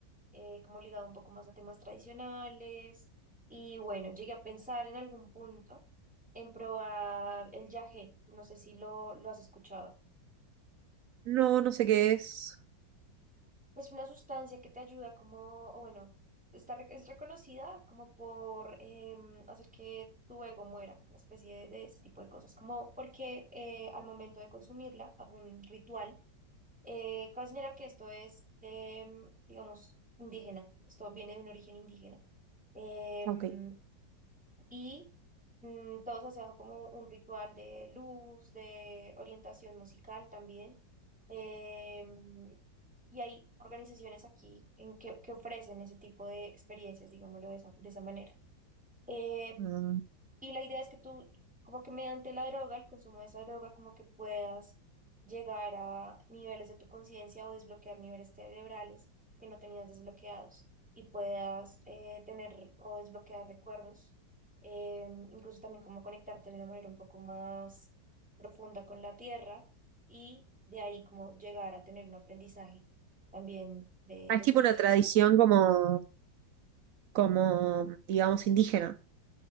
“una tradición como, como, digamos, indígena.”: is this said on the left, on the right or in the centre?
Right